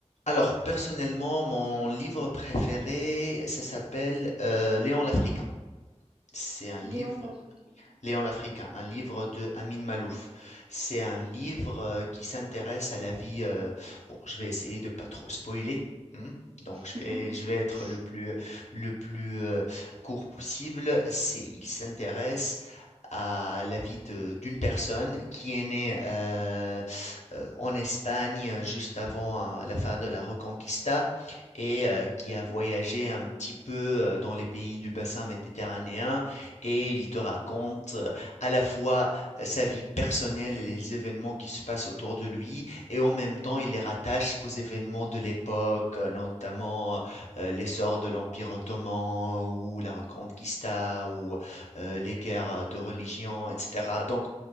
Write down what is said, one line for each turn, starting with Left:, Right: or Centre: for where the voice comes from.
Left: Alors personnellement, mon livre préféré, ça s'appelle, heu, Léon l'Africain. C'est un livre
Right: Léon l'Africain. ok.
Left: Léon l'Africain, un livre de Amin Malouf. C'est un livre euh, qui s'intéresse à la vie. euh, bon, je vais essayer de pas trop spoiler. hein, Donc
Right: <laughs>
Left: je vais, je vais être le plus, le plus euh, court possible. C'est, il s'intéresse à la vie de d'une personne qui est née euh, euh, en Espagne euh, juste avant euh, la fin de la Reconquista et euh, qui
Right: Mhm.
Left: a voyagé un petit peu euh, dans les pays du bassin méditerranéen et il te raconte euh, à la fois euh, sa vie personnelle et les événements qui se passent autour de lui et en même temps il les rattache aux événements de l'époque, euh, notamment euh, l'essor de l'Empire ottoman ou la Reconquista ou euh, les guerres euh, de religion, etc. Donc,